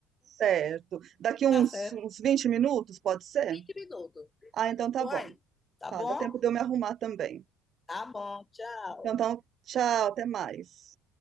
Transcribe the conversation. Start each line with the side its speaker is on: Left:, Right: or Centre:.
Right: Certo. Daqui uns,
Left: Tá certo.
Right: uns 20 minutos, pode ser?
Left: vinte minutos. vinte
Right: Ah,
Left: minutos,
Right: então tá
Left: tô
Right: bom.
Left: aí. Tá
Right: Tá,
Left: bom?
Right: dá tempo de eu me arrumar também.
Left: Tá bom. Tchau.
Right: Então, tá, tchau, até mais.